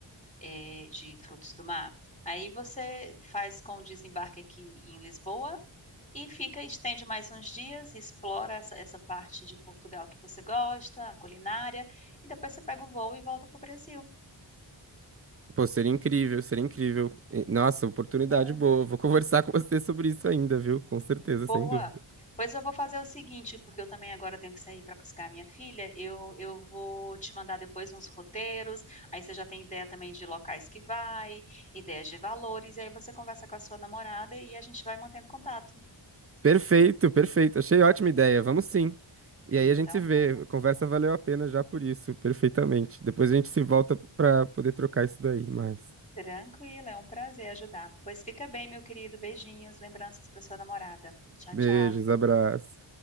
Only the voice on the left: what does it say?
eh, de frutos do mar, aí você faz com o desembarque aqui em Lisboa e fica, estende mais uns dias, explora essa, essa parte de Portugal que você gosta, a culinária, e depois você pega o voo e volta para o Brasil.
Pois é.
Boa!
Pois eu vou fazer o seguinte, porque eu também agora tenho que sair para buscar a minha filha. Eu, eu vou te mandar depois uns roteiros, aí você já tem ideia também de locais que vai, ideias de valores, e aí você conversa com a sua namorada e a gente vai mantendo contato.
Então,
boa.
Tranquilo, é um prazer ajudar. Pois fica bem, meu querido. Beijinhos, lembranças para sua namorada. Tchau,
tchau.